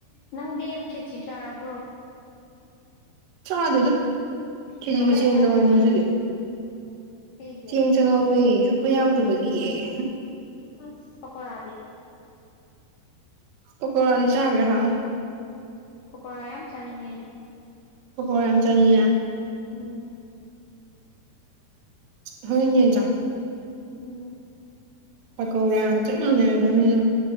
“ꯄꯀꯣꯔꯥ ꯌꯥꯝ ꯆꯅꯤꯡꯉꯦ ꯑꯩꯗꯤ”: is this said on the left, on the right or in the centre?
Left